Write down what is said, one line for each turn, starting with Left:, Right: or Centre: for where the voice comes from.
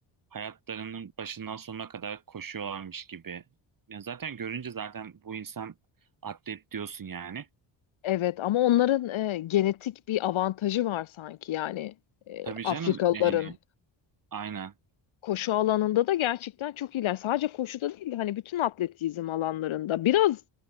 Right: hayatlarının başından sonuna kadar koşuyorlarmış gibi. Ya zaten görünce zaten bu insan atlet diyorsun yani.
Left: Evet ama onların e, genetik bir avantajı var sanki yani e,
Right: Tabii
Left: Afrikalıların
Right: canım yani aynen.
Left: koşu alanında da gerçekten çok iyiler. Sadece koşuda değil hani bütün atletizm alanlarında biraz